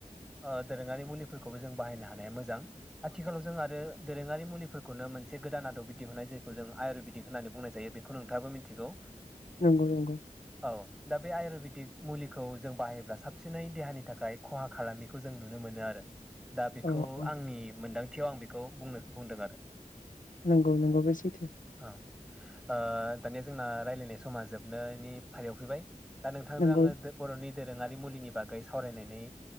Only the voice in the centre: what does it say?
ओ दोरोङारि मुलिफोरखौबो जों बाहायनो हानाया मोजां। आथिखालाव जों आरो दोरोङारि मुलिफोरखौनो मोन से गोदान आदबै दिहुनाय जायखौ जों आयुरवेदिक होननानै बुंनाय जायो बेखौ नोंथाङाबो मिथिगौ।
औ दा बे आयुरवेदिक मुलिखौ जों बाहायोब्ला साबसिनै देहानि थाखाय खहा खालामैखौ जों नुनो मोनो आरो। दा बेखौ
आंनि मोनदां थियाव आं बेखौ बुंनो बुंदों आरो।
औ ओ दानिया जोंना रायलायनाय समा जोबनायनि फारियाव फैबाय। दा नोंथांजों
आङो दो बर'नि दोरोङारि मुलिनि बागै सावरायनानै